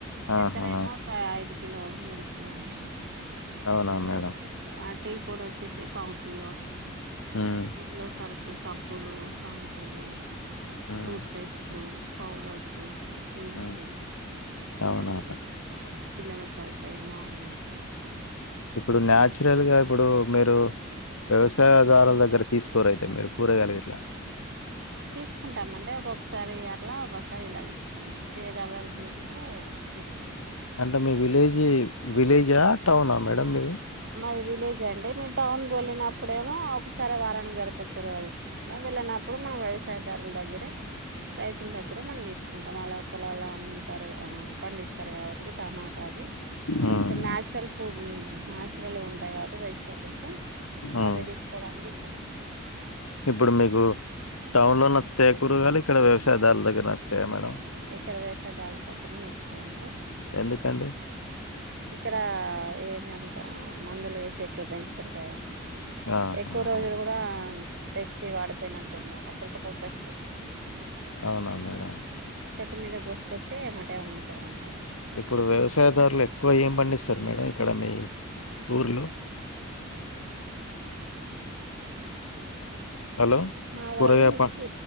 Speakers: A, on the right; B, on the left.
A: చక్కర
B: ఆహా
A: ఏమో ఐదు కిలోలు మూడు కిలోలు
B: అవునా
A: మళ్ళా
B: మేడం
A: ఆ టీ పొడి వచ్చేసి పావు కిలో
B: ఉమ్
A: ఇంట్ల సరుకు సబ్బులు షాంపూలు
B: ఉమ్
A: టూత్ పేస్ట్లు పౌడర్స్ క్రీమ్స్
B: ఉమ్ అవునా
A: ఇయన్నీ
B: మేడం.
A: తీసుకుంటాం పిల్లలలకు సరిపోయ మ్యాగీసు
B: ఇప్పుడు న్యాచురల్ గా ఇప్పుడు మీరు వ్యవసాయదారుల దగ్గర తీసుకోరైతే మీరు కూరగాయలుగిట్లా
A: తీసుకుంటామండి ఒక్కొక్కసారి అట్లా ఒక్కొక్కసారి ఇలా తీసుకుంటాం ఏది అవైలబుల్గా ఉంటే అదే తీసుకు
B: అంటే మీ విలేజీ విలేజా టౌనా మేడం మీది
A: మాది విలేజ్ అండి మేము టౌన్ కు వెళ్ళినప్పుడేమో ఒకసారి వారానికి సరిపోయే కూరగాయలు తీసుకుంటాం వేళ్ళన ప్పుడు మనం వ్యవసాయదారుల దగ్గరే రైతుల దగ్గరే మనం తీసుకుంటాం అలా పొలాల ఉమ్ తరగా ఆ పండిస్తారు గాబట్టి టమాటా అవి
B: ఉమ్
A: కొంచెం నాచురల్ ఫూ నాచు రలుగా ఉంటాయి గాబట్టి వెజిటబుల్స్
B: ఉమ్
A: అవి దీసుకోవడానికి ఇష్టపడ
B: ఇప్పుడు మీకు టౌన్ లో నచ్చుతయా కూరగాయలు ఇక్కడ వ్యవసాయదారుల దగ్గర నచ్చుతాయా మేడం
A: ఇక్కడ వ్యవసాయదారుల దగ్గర నచ్చుతాయండి.
B: ఎందుకండి
A: ఇక్కడ ఏమి అంత మందులు వేసి ఎక్కువ పెంచరు గదా
B: ఆహా
A: ఎక్కువ రోజులు
B: అవును
A: గూడా తెచ్చి వాడిపోయినట్టు ఉన్నావ్ అప్పటికప్పుడు ఫ్రెష్ ఉంటాయి
B: అవునా మేడం
A: చెట్టు మీద కొసుకొచ్చి ఏమ్మటే అమ్ముతా ఉంటారు.
B: ఇప్పుడు వ్యవసాయదారులు ఎక్కువ ఏం పండిస్తారు మేడం ఇక్కడ మీ ఊర్లో హలో
A: మా వాళ్ళు
B: కూరగాయ
A: మిర్చి
B: ప